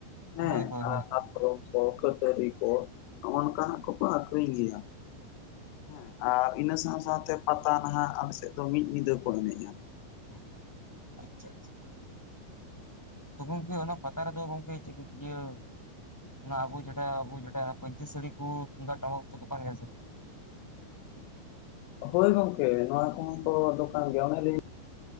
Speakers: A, in the centre; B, on the left.
A: ᱦᱳᱭ
B: ᱦᱮᱸ
A: ᱦᱳᱭ ᱦᱳᱭ
B: ᱯᱨᱚᱢ ᱠᱚ ᱠᱷᱴᱟᱹᱨᱤ ᱠᱚ ᱱᱚᱝᱠᱟᱱᱟᱜ ᱠᱚᱠᱚ ᱟᱠᱷᱨᱤᱧ ᱜᱮᱭᱟ ᱦᱮᱸ ᱾ ᱟᱨ ᱤᱱᱟᱹ ᱥᱟᱶ ᱥᱟᱶᱛᱮ ᱯᱟᱛᱟ ᱱᱟᱦᱜ ᱟᱞᱮ ᱥᱮᱫ ᱫᱚ ᱢᱤᱫ ᱧᱤᱫᱟᱹ ᱠᱚ ᱮᱱᱮᱡᱼᱟ ᱾
A: ᱟᱪᱪᱷᱟ ᱟᱪᱪᱷᱟ ᱾ ᱛᱚ ᱜᱚᱝᱠᱮ ᱚᱱᱟ ᱯᱟᱛᱟ ᱨᱮᱫᱚ ᱜᱚᱝᱠᱮ ᱪᱤ ᱤᱭᱟᱹ ᱾ ᱚᱱᱟ ᱟᱵᱩ ᱡᱮᱴᱟ ᱟᱵᱚ ᱯᱟᱧᱪᱤ ᱥᱟᱹᱲᱤ ᱠᱚ ᱛᱩᱢᱫᱟᱜ ᱴᱟᱢᱟᱠ ᱠᱚ ᱫᱚᱠᱟᱱ ᱜᱮ ᱥᱮ ᱵᱟᱝ ᱾
B: ᱦᱳᱭ ᱜᱚᱝᱠᱮ ᱱᱚᱣᱟ ᱠᱚ ᱛᱚ ᱫᱚᱠᱟᱱ ᱜᱮᱭᱟ ᱚᱱᱮ ᱞᱟᱹᱭ ᱾